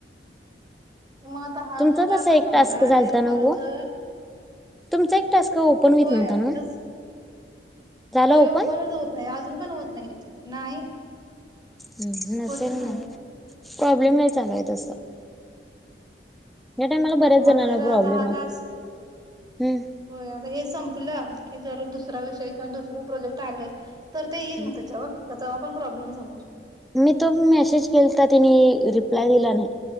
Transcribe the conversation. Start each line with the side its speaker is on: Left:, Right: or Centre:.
Right: मग आता हा
Centre: तुमचा
Right: जर टास्क
Centre: तसा एक
Right: संपला.
Centre: झालता
Right: आणि
Centre: नव्ह
Right: परत जर
Centre: तुमचा एक टास्क ओपन होईत
Right: होय
Centre: नव्हता ना?
Right: तच
Centre: झाला
Right: होय
Centre: ओपन
Right: ओपणच होत नाही. अजून पण होत नाहीेत. नाही.
Centre: हम्म नसेल
Right: होतच नाहीये.
Centre: ना. प्रॉब्लेमही चालूय तसा. ह्या टायमाला बऱ्याच
Right: मग
Centre: जणांना
Right: जरा
Centre: प्रॉब्लेम
Right: आता हा
Centre: आहे.
Right: टास्क
Centre: हम्म.
Right: होय आता हे संपलं की, जर दुसरा विषय किंवा दुसरं प्रोजेक्ट आलं तर ते येईल
Centre: हम्म
Right: ना त्याच्यावर. का तवा पण प्रॉब्लेमच होणार?
Centre: मी तो मेसेज केलाता. त्यानी रिप्लाय दिला नाही.